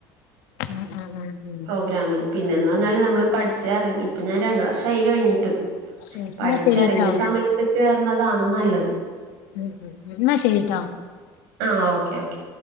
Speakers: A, on the left; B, on the right.
A: ഉം ഉം ഉം
B: <unintelligible> പിന്നെന്ന് പറഞ്ഞാല് നമ്മള് പഠിച്ചറങ്ങി ഇപ്പൊ ഞാൻ രണ്ട് വർഷായി കഴിഞ്ഞിട്ട്
A: ഉം, എന്നാ
B: പഠിച്ചിറങ്ങിയ
A: ശരിട്ടാ
B: സമയ ത്ത് കേറണതാണ് നല്ലത്
A: ഉം ഉം എന്നാ ശരിട്ടോ
B: ആ ഓക്കെ ഓക്കെ